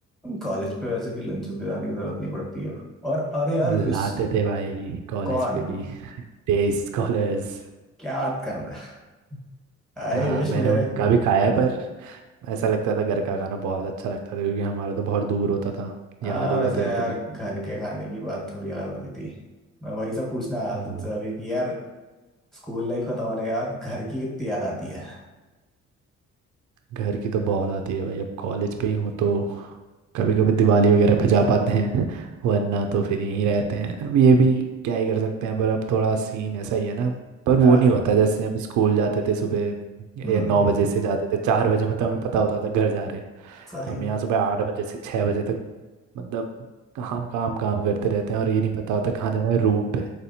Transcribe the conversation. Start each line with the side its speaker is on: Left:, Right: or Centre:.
Centre: कॉलेज पे वैसे भी लंचेस ले जाने की जरूरत नहीं पड़ती है और अरे यार
Right: लाते
Centre: इस
Right: थे भाई कॉलेज
Centre: कौन
Right: पे भी डे स्कॉलर्स
Centre: क्या बात कर रहा है आई
Right: हाँ
Centre: विश
Right: मैंने
Centre: मेरे
Right: उनका भी खाया है पर ऐसा लगता था घर का खाना बहुत अच्छा लगता था क्योंकि हमारा तो बहुत दूर होता था याद
Centre: हाँ
Right: होगा
Centre: वैसे
Right: तेरे
Centre: यार
Right: को भी
Centre: घर के खाने की बात थोड़ी अलग होती थी मैं वही सब पूछना आया
Right: हम्म।
Centre: तुझसे अभी कि यार स्कूल लाइफ खत्म होने के बाद घर की कितनी याद आती है
Right: घर की तो बहुत आती है भाई अब कॉलेज पे ही हो तो कभी कभी दिवाली वगैरह पे जा पाते हैं वरना तो फिर यहीं रहते हैं अब ये भी क्या ही कर सकते हैं पर अब थोड़ा सीन ऐसा ही है ना पर वो
Centre: हाँ,
Right: नहीं होता जैसे हम स्कूल जाते थे सुबह
Centre: हम्म
Right: ये नौ बजे से जाते थे चार बजे मतलब हमें पता होता था घर जा रहे हैं
Centre: सही
Right: हम
Centre: है
Right: यहाँ सुबह आठ बजे से छः बजे तक मतलब काम काम काम करते रहते हैं और ये नहीं पता होता कहाँ जाना है रूम पे